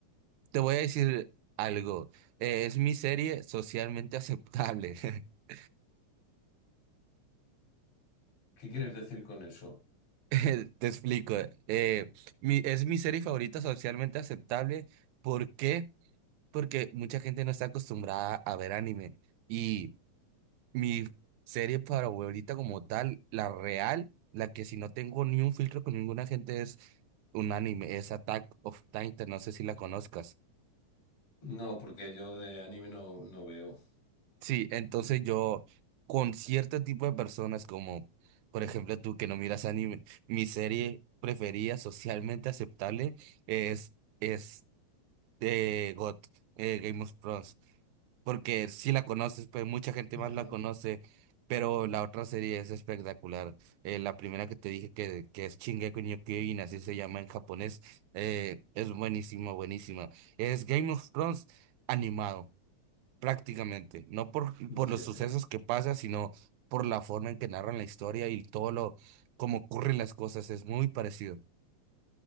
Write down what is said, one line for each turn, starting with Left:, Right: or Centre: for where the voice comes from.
Right: Te voy a decir algo. eh, es mi serie socialmente aceptable. <laughs>
Left: ¿Qué quieres decir con eso?
Right: Eh, Te explico. eh, mi, es mi serie favorita socialmente aceptable. ¿Por qué? Porque mucha gente no está acostumbrada a ver anime. Y Mi serie para favorita como tal, la real, la que si no tengo ni un filtro con ninguna gente es un anime, es Attack of Titan, no sé si la conozcas.
Left: No, porque yo de anime no, no veo.
Right: Sí, entonces yo con cierto tipo de personas como, por ejemplo, tú que no miras anime, mi serie preferida socialmente aceptable es, es eh, GOT, eh, Game of Thrones. porque si la conoces, pues mucha gente
Left: Ajá.
Right: más la conoce, pero la otra serie es espectacular. Eh, la primera que te dije que, que es Shingeki no Kyojin, así se llama en japonés, eh, es buenísima, buenísima. Es Game of Thrones animado, prácticamente, no por,
Left: Ya.
Right: por los sucesos que pasa, sino por la forma en que narran la historia y todo lo, cómo ocurren las cosas, es muy parecido.